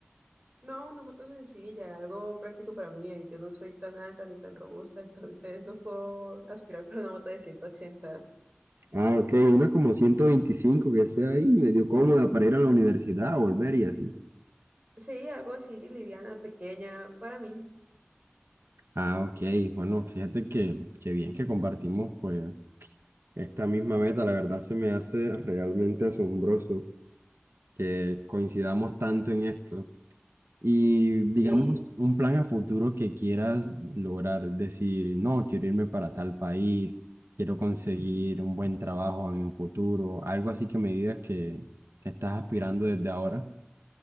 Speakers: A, on the right; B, on the right.
A: No, una moto sencilla, algo práctico para mí. eh, Yo no soy tan alta ni tan robusta, <laughs> entonces no puedo aspirar para una moto de 180.
B: Ah, ok, una como 125 que sea ahí, medio cómoda para ir a la universidad, volver y así.
A: Sí, algo así, liviana, pequeña, para mí.
B: Ah, ok. Bueno, fíjate que, que bien que compartimos pues esta misma meta. La verdad se me hace realmente asombroso que coincidamos tanto en esto. Y digamos,
A: Sí,
B: un plan a futuro que quieras lograr, decir, no, quiero irme para tal país, quiero conseguir un buen trabajo en un futuro, algo así que me digas que, que estás aspirando desde ahora.